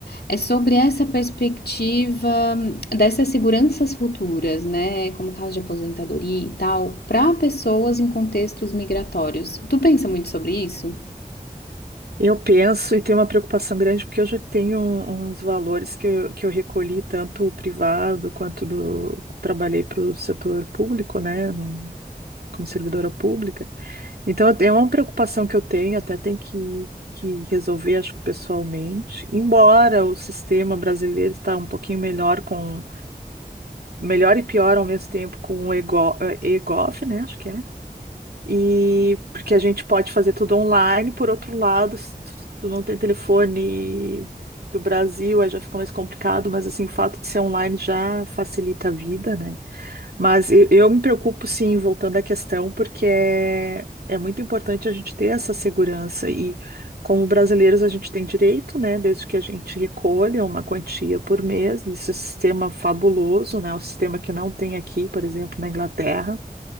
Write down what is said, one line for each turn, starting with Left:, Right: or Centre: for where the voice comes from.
Left: é sobre essa perspectiva hum, dessas seguranças futuras, né? Como caso de aposentadoria e tal, para pessoas em contextos migratórios. Tu pensa muito sobre isso?
Right: Eu penso e tenho uma preocupação grande porque eu já tenho um- uns valores que eu, que eu recolhi tanto o privado quanto do trabalhei para o setor público, né, no- como servidora pública. Então eu tenho- é uma preocupação que eu tenho, até tem que, que resolver, acho que pessoalmente. Embora o sistema brasileiro está um pouquinho melhor com melhor e pior ao mesmo tempo com o EGO, eh, EGOF, né, acho que é. E porque a gente pode fazer tudo online, por outro lado, se tu se tu não tem telefone do Brasil, aí já fica mais complicado, mas assim, o fato de ser online já facilita a vida, né? Mas eu, eu me preocupo, sim, voltando à questão, porque é, é muito importante a gente ter essa segurança e como brasileiros a gente tem direito, né, desde que a gente recolha uma quantia por mês, isso é um sistema fabuloso, né, o sistema que não tem aqui, por exemplo, na Inglaterra.